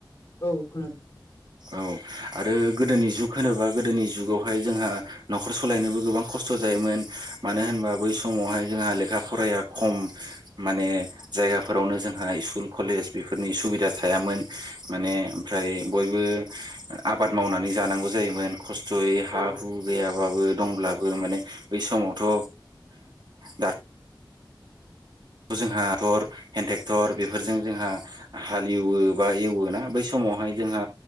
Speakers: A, on the left; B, on the right.
A: औ खोनादों।
B: औ आरो गोदोनि जुग होनोबा गोदोनि जुगावहाय जोंहा न'खर सलायनोबो गोबां खस्थ' जायोमोन मानो होनबा बै समावहाय जोंहा लेखा फराया खम माने जायगाफोरावनो जोंहा स्कुल कलेज बेफोरनि सुबिदा थायामोन माने ओमफ्राय बयबो बो आबाद मावनानै जांगौ जायोमोन खसथ'यै हा
A: औ
B: हु गैयाबो। दंब्लाबो माने बै समावथ' दा थ' जोंहा थर हेन्द ट्रेक्टर बेफोरजों जोंहा हालेवो बा एवो ना बै सम समावहाय जोंहा